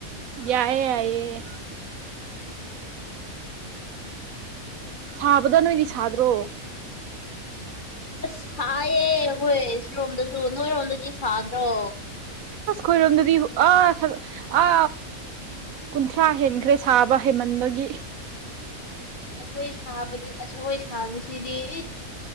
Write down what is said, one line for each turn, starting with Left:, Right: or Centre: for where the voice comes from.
Right: ꯌꯥꯏꯑꯦ ꯌꯥꯏꯌꯦ ꯁꯥꯕꯗ ꯅꯣꯏꯗꯤ ꯁꯥꯗ꯭ꯔꯣ
Left: ꯑꯁ ꯁꯥꯏꯌꯦ ꯑꯩꯈꯣꯏ ꯁꯤꯔꯣꯝꯗꯁꯨ ꯅꯣꯏꯔꯣꯝꯗꯗꯤ ꯁꯥꯗ꯭ꯔꯣ
Right: ꯈꯣꯏꯔꯣꯗꯗꯤ ꯑ ꯑ ꯀꯨꯟꯊ꯭ꯔꯥ ꯍꯦꯟꯈ꯭ꯔꯦ ꯁꯥꯕ ꯍꯩꯃꯟꯕ ꯃꯥꯒꯤ
Left: ꯏꯁ ꯑꯩꯈꯣꯏ ꯁꯥꯕꯗꯤ ꯑꯁꯈꯣꯏ ꯁꯥꯕꯁꯤꯗꯤ ꯏꯁ